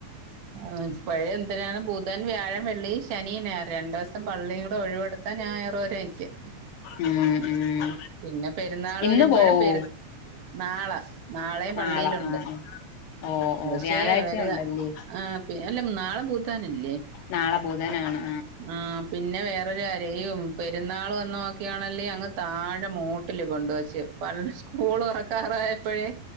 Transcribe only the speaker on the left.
ഉം ഉം
ഇന്ന്
പോവോ
നാളെ
ആഹ് ആഹ് ഓ ഓ
വ്യാഴാഴ്ച
ഉണ്ടല്ലേ
നാളെബുധനാണ്